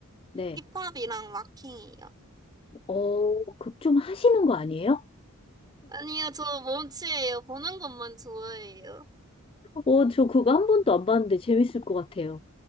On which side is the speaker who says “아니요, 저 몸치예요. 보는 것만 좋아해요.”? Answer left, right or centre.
Right